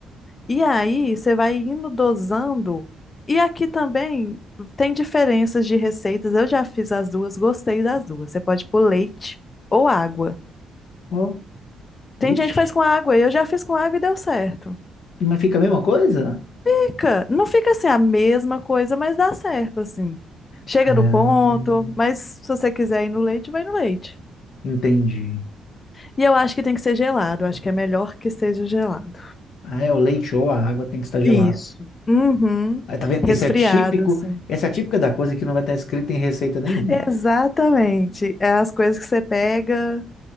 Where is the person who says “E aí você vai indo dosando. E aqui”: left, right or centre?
Left